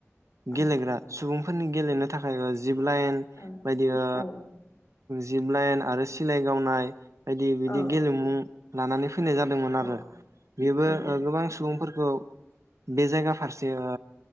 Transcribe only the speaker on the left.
औ
औ
औ
औ
औ
औ